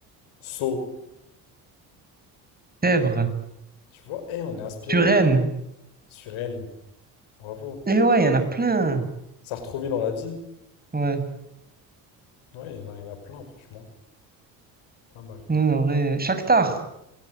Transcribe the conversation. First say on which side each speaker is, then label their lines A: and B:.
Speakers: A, on the left; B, on the right.
A: Sceaux,
B: Sèvres,
A: tu vois, eh, on est inspiré.
B: Suresnes.
A: Sur Rennes, bravo.
B: Eh ouais, il y en a plein.
A: Sartrouville, on l'a dit.
B: Ouais,
A: Ouais, il y en a, il y en a plein, franchement. Pas mal.
B: non, en vrai. Shakhtar.